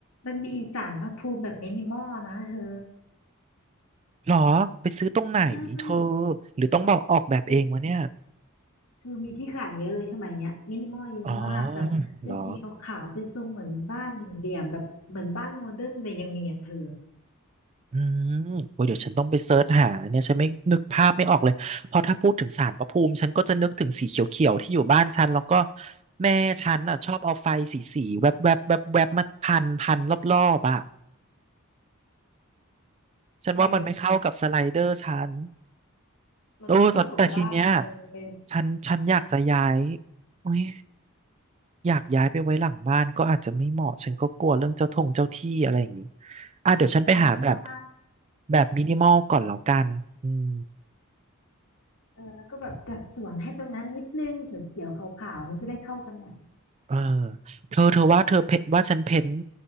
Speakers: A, on the left; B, on the right.
A: มันมีศาลพระภูมิแบบมินิมอลนะเธอ
B: หรอไปซื้อตรงไหนเธอ
A: ได้
B: หรือต้องบอกออกแบบเองวะเนี่ย
A: โอ้คือมีที่ขายเยอะเลยสมัยเนี้ยมินิมอลเยอะมากแบบเป็นสีขาวๆเป็นทรงเหมือนบ้านเหลี่ยมๆแบบเหมือนบ้านโมเดิร์นเลยยังมีอ่ะเธอ
B: อ๋อหรอ อืมโอ้ยเดี๋ยวฉันต้องไปเซิร์ชหาเนี่ยฉันไม่นึกภาพไม่ออกเลย เพราะถ้าพูดถึงศาลพระภูมิ ฉันก็จะนึกถึงสีเขียวๆที่อยู่บ้านฉัน แล้วก็แม่ฉันอ่ะชอบเอาไฟสีสีแวบๆแวบๆแวบๆมาพันพันรอบๆอ่ะ ฉันว่ามันไม่เข้ากับสไลเดอร์ฉัน
A: เธอมันไม่เข้ากับบ้าน
B: โอ้แต่แต่ทีเนี้ย
A: เลย
B: ฉันฉันอยากจะย้ายโอ้ยอยากย้ายไปไว้หลังบ้านก็อาจจะไม่เหมาะ ฉันก็กลัวเรื่องเจ้าทงเจ้าที่อะไรอย่างงี้อ่ะเดี๋ยวฉันไปหาแบบ
A: เอาไว้หน้าบ้าน
B: แบบมินิมอลก่อนแล้วกันอืม
A: เออแล้วก็แบบจัดสวนให้ตรงนั้นนิดนึงเขียวๆขาวๆมันจะได้เข้ากันหน่อย
B: เออเธอเธอว่าเธอเพว่าฉันเพ้นท์